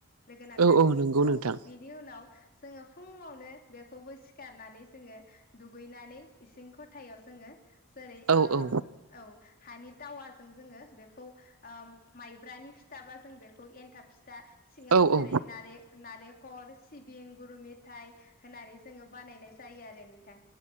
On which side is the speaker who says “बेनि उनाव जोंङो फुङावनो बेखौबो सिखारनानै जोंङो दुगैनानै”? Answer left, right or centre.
Left